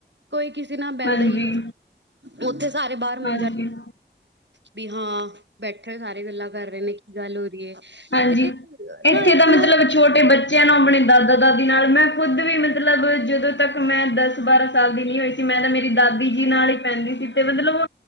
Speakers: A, on the right; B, on the left.
A: ਕੋਈ ਕਿਸੇ ਨਾਲ ਬਹਿੰਦਾ
B: ਹਾਂਜੀ
A: ਹੀ ਉੱਥੇ ਸਾਰੇ ਬਾਹਰ ਮੰਜਾ
B: ਹਾਂਜੀ
A: ਵੀ ਹਾਂ ਬੈਠੇ ਸਾਰੇ ਗੱਲਾਂ ਕਰ ਰਹੇ ਨੇ ਕੀ ਗੱਲ ਹੋ ਰਹੀ ਹੈ।
B: ਹਾਂਜੀ
A: ਤੇ ਨਾ
B: ਇੱਥੇ
A: ਇੱਕ
B: ਦਾ ਮਤਲਬ
A: ਨਾ
B: ਛੋਟੇ ਬੱਚਿਆਂ ਨੂੰ ਆਪਣੇ ਦਾਦਾ-ਦਾਦੀ ਨਾਲ ਮੈਂ ਖੁਦ ਵੀ ਮਤਲਬ, ਜਦੋਂ ਤੱਕ ਮੈਂ ਦਸ ਬਾਰਾਂ ਸਾਲ ਦੀ ਨਹੀਂ ਹੋਈ। ਮੈਂ ਤਾਂ ਮੇਰੀ ਦਾਦੀ ਜੀ ਨਾਲ ਹੀ ਪੈਂਦੀ ਸੀ ਤੇ ਮਤਲਬ